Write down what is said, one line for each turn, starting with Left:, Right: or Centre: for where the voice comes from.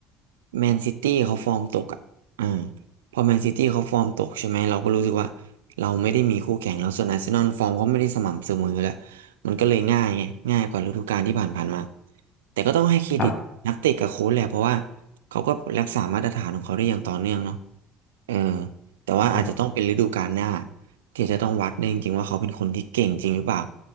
Right: แมนซิตี้เขาฟอร์มตกอ่ะอ่าพอแมนซิตี้เขาฟอร์มตกใช่ไหมเราก็รู้สึกว่าเราไม่ได้มีคู่แข่งแล้วส่วนอาร์เซนอลฟอร์มเขาไม่ได้สม่ำเสมออยู่แล้วมันก็เลยง่ายไงง่ายกว่าฤดูกาลที่ผ่านๆมาแต่ก็ต้องให้เครดิตนักเตะกับโค้ชแหละเพราะว่า
Left: ครับ
Right: เขาก็รักษามาตรฐานของเขาได้อย่างต่อเนื่องเนาะเออแต่ว่าอาจจะต้องเป็นฤดูกาลหน้า
Left: ครับ
Right: ที่จะต้องวัดเนี่ยจริงๆว่าเขาเป็นคนที่เก่งจริงหรือเปล่า